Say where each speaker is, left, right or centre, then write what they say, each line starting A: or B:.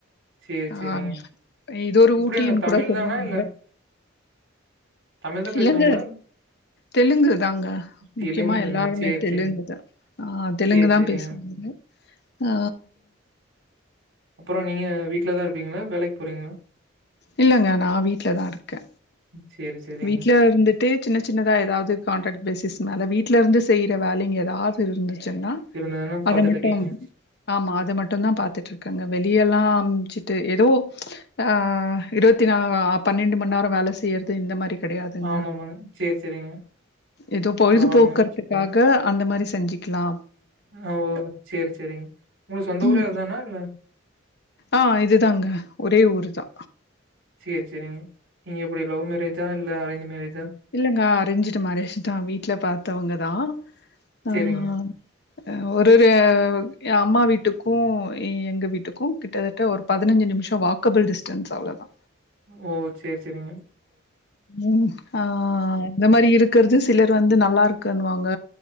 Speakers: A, on the right (about 65°); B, on the left (about 55°).
A: சேரி
B: ஆ
A: சேரிங்க
B: இது ஒரு
A: இப்படி
B: ஊட்டின்
A: அங்க தமிழ்
B: கூட சொல்லுவாங்க
A: தானா இல்ல தமிழ் தான்
B: இல்லங்க
A: பேசுவாங்களா
B: தெலுங்குதாங்க
A: தெலுங்குங்களா
B: முக்கியமா எல்லாருமே
A: சேரி
B: தெலுங்கு
A: சேரிங்க.
B: தா ஆ தெலுங்கு
A: சேரி
B: தா
A: சேரிங்க.
B: பேசுவாங்க ஆ
A: அப்றோ நீங்க வீட்லதா இருப் பீங்ளா வேலைக்கு போறீங்ளா
B: இல்லங்க நா வீட்லதா இருக்கே
A: சேரி சேரிங்க.
B: வீட்ல இருந்துட்டு சின்ன சின்னதா ஏதாவ்து கான்ட்ராக்ட் பேஸ் மேல வீட்லருந்து செய்ற வேலைங்க ஏதாவ்து இருந்து சுன்னா
A: இருந்ததுன்னா
B: அத
A: பாத்துட்டு
B: மட்டூ
A: இருக்கீங்க.
B: ஆமா அத மட்டுந்தா பாத்துட் ட்ருக்கேங்க வெளியெல்லா அம்ச்சுட்டு எதோ ஆ இருவத்தி நாலா பன்னெண்டு மண் நேரோ வேல செய்றது இந்த மார் ரி கெடையாதுங்க
A: ஆமாமாங்க. சேரி சேரிங்க.
B: எதோ பொழுதுபோக்கறதுக்காக
A: பரவால்லங்க.
B: அந்த மாரி செஞ்சுக்லா
A: ஓ சேரி சேரிங் ஒங்க சொந்த
B: ம்
A: ஊரே அதானா இல்ல
B: ஆ இதுதாங்க ஒரே ஊரு தா
A: சேர் செரிங்க நீங்க எப்டி லவ் மேரேஜா இல்ல அரேஞ்ச் மேரேஜ்
B: இல்லங்க அரஞ்சிடு மேரேஜ் தா வீட்ல பாத்தவுங்கதா
A: சேரிங்க.
B: ஆஹாம் ஒருரு ஏ அம்மா வீட்டுக்கூ எங்க வீட்டுக்கூ கிட்டத்தட்ட ஒரு பதினஞ்சு நிம்ஷோ வாக்கபிள் டிஸ்டன்ஸ் அவ்ளோதா
A: ஓ சேர் செரிங்க
B: ம் ஆ இந்த மாரி இருக் க்றது சிலர் வந்து நல்லாருக்குன்னுவாங்க